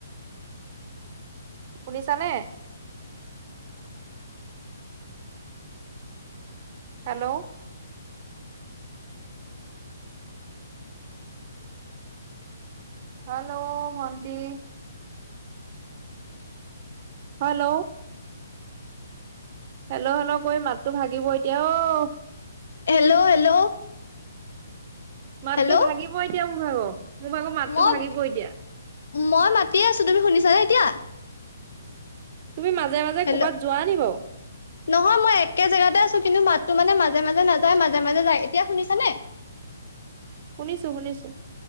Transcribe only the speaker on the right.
শুনিছানে। হেল্ল'। হেল্ল' ভন্টি। হেল্ল'। হেল্ল' হেল্ল' কৰি মাতটো ভাগিব এতিয়া অ'।
মাতো
ভাগিবই দিয়া মোৰ আৰু, মোৰ ভাগৰ মাতটো
ভাগিবই দিয়া।
তুমি মাজে মাজে
কৰ'বাত যোৱা নি বাৰু।
শুনিছোঁ শুনিছোঁ।